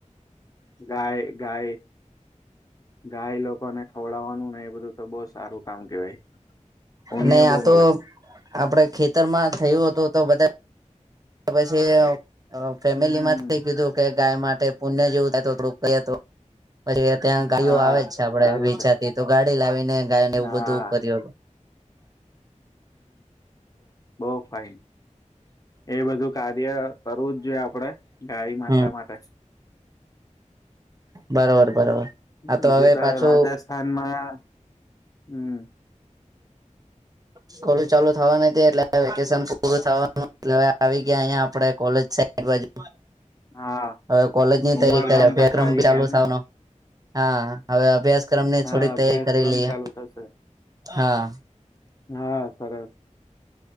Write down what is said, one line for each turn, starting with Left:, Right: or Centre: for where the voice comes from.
Left: ગાય ગાય ગાય લોકોને ખવડાવવાનું ને એ બધું તો બો સારું કામ કેવાય ઉમિયા
Right: અને
Left: બહુ
Right: આતો
Left: મલે.
Right: આપડે ખેતરમાં થયું હતું તો બધા પછી અ ફેમિલીમાં
Left: હમ્મ.
Right: કીધું કે ગાય મા ટે પુણ્ય જેવું થાય તો થોડું તો પછી ત્યાં ગાડીઓ
Left: હા
Right: આવે જ છે, આપડે
Left: સારું
Right: વેચાથી
Left: છે
Right: તો ગા ડી લાવીને ગાયને એવું
Left: હા
Right: બધું કર્યું હતું
Left: બો ફાઈન એ બધું કાર્ય કરવું જ જોઈએ આપડે ગાય માતા
Right: હમ
Left: માટે
Right: બરોબર બરોબર. હા
Left: બીજ
Right: હવે
Left: તો
Right: પાછું
Left: રાજસ્થાનમાં હમ
Right: સકુલ ચાલુ થવાની એટલે વેકેશન પૂરું થવાનું એટલે આવી ગયા અહીયા આપડે કોલેજ <unintelligible> બાજુ
Left: હા
Right: હવે કોલેજની તૈયારી
Left: ઉમરગામ
Right: કરે અભ્યાક્રમ
Left: પાછા આવી
Right: ચાલુ
Left: ગયા એમને
Right: થવાનો હા હવે અભ્યાસક્રમની
Left: હા
Right: થોડીક
Left: અભ્યાસક્રમ
Right: તૈયારી કરી લઈએ
Left: ચાલુ થશે
Right: હા.
Left: હા સરસ.